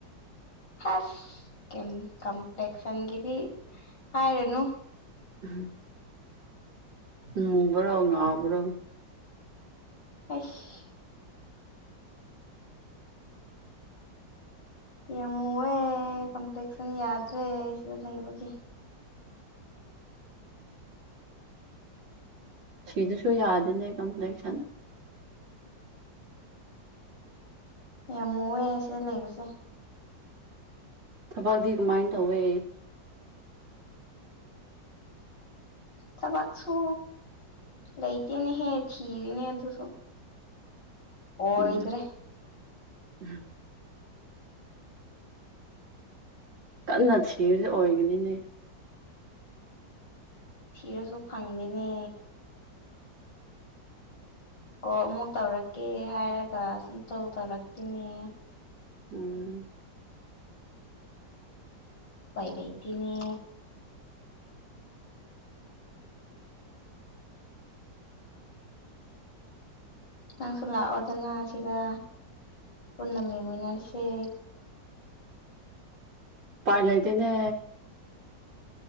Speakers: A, on the left; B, on the right.
A: ꯍꯁ ꯀꯦꯝ ꯀꯝꯄ꯭ꯂꯦꯛꯁꯟꯒꯤꯗꯤ ꯍꯥꯏꯔꯅꯨ
B: ꯎꯝ ꯃꯨꯕ꯭ꯔꯣ ꯉꯥꯎꯕ꯭ꯔꯣ
A: ꯑꯩꯁ ꯌꯥꯝꯃꯨꯑꯦ ꯀꯝꯄ꯭ꯂꯦꯛꯁꯟ ꯌꯥꯗ꯭ꯔꯦ ꯁꯤꯗ ꯂꯩꯕꯒꯤ
B: ꯁꯤꯗꯁꯨ ꯌꯥꯗꯦꯅꯦ ꯀꯝꯄ꯭ꯂꯦꯛꯁꯟ
A: ꯌꯥꯝ ꯃꯨꯑꯦ ꯁꯤꯗ ꯂꯩꯕꯁꯦ
B: ꯊꯕꯛꯇꯤ ꯀꯃꯥꯏꯅ ꯇꯧꯋꯦ
A: ꯊꯕꯛꯁꯨ ꯂꯩꯇꯦꯅꯦꯍꯦ ꯊꯤꯔꯤꯅꯦ ꯑꯗꯨꯁꯨ ꯑꯣꯏꯗ꯭ꯔꯦ
B: ꯎꯝ <inaudible> ꯀꯟꯅ ꯊꯤꯔꯗꯤ ꯑꯣꯏꯒꯅꯤꯅꯦ
A: ꯊꯤꯔꯁꯨ ꯐꯪꯗꯦꯅꯦ ꯀꯣꯜ ꯑꯃꯨꯛ ꯇꯧꯔꯛꯀꯦ ꯍꯥꯏꯔꯒ ꯁꯨꯡꯇꯧ ꯇꯧꯔꯛꯇꯦꯅꯦ
B: ꯎꯝ
A: ꯎꯄꯥꯏ ꯂꯩꯇꯦꯅꯦ ꯅꯪꯁꯨ ꯂꯥꯛꯑꯣꯗꯅ ꯁꯤꯗ ꯄꯨꯟꯅ ꯂꯩꯃꯤꯟꯅꯔꯁꯦ
B: ꯎꯄꯥꯏ ꯂꯩꯇꯦꯅꯦ